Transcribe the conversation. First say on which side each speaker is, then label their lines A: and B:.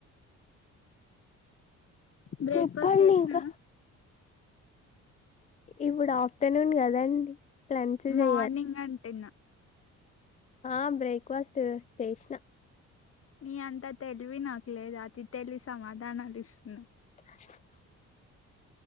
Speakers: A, on the left (about 50°); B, on the left (about 25°).
A: బ్రేక్ఫాస్ట్
B: చెప్పండి
A: చేసినావా
B: ఇంక ఇప్పుడు ఆఫ్టర్నూన్ కదండి లంచ్
A: మార్నింగ్
B: చెయ్యాలి
A: అం తిన్న
B: ఆ బ్రేక్ఫాస్టు చేసిన
A: నీ అంతా తెలివి నాకు లేదు అతి తెలివి సమాధానాలు ఇస్తున్న
B: హ